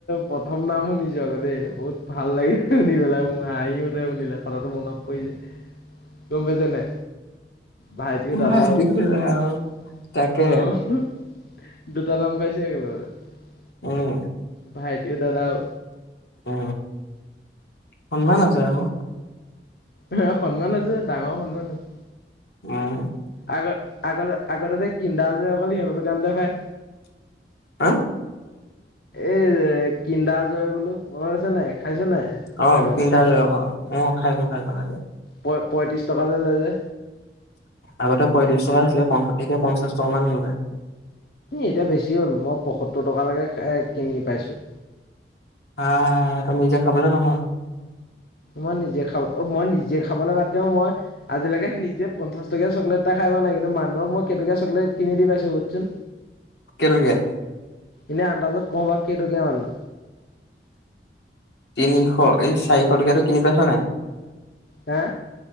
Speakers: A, on the left; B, on the left.
A: প্ৰথম নাম শুনিছো আকৌ দেই বহুত ভাল লাগিল শুধি পেলাই মোৰ হাহি ওঠে শুধিলে কথাটো মনত পৰি যায় গম পাইছেনে ভাইটিও
B: মাৰি
A: দাদাও
B: দিছে আৰু
A: <unintelligible>
B: তাকে উম
A: ভাইটিও দাদাও
B: উ কন ভাল আছে আবৌ
A: এ সন্মান আছে ডাঙৰ সন্মান আছে
B: উম
A: আগ আগতে আগতে যে কিন্ধা আ যে অকল সি হৌ দোকানতে পাই
B: হা
A: এই কিন্দা জয় বোলো মনত আছে নাই খাইছ নাই
B: অ
A: আগতে
B: তিনিটা অ খাইছো খাইছো খাইছো
A: প পঁয়ত্ৰিছ টকা যে লৈ যে
B: আগতে পয়ত্ৰিছ টকা আছিলে একে পঞ্চাছ টকামান হ'লগৈ
A: এতিয়া বেছি হ'ল মই পয়সত্তৰ টকালৈকে কিনি পাইছোঁ
B: হা ত নিজে খাবলৈ নহয়
A: মই নিজে খাব মই নিজে খাবলৈ বাদতিও মই আজিলৈকে নিজে পঞ্চাশ টকীয়া চকলেট টা খাই পোৱা নাই কিন্তু মানুহক মই কেতকিয়া চকলেট চকলেট কিনি দি পাইছো সূত চোন
B: কেটকিয়া
A: এনে আন্দাজত কবা কেইটোকিয়া মানে
B: তিনিশ এই চাৰিশ টকাটো কিনি পাইছ নাই
A: হা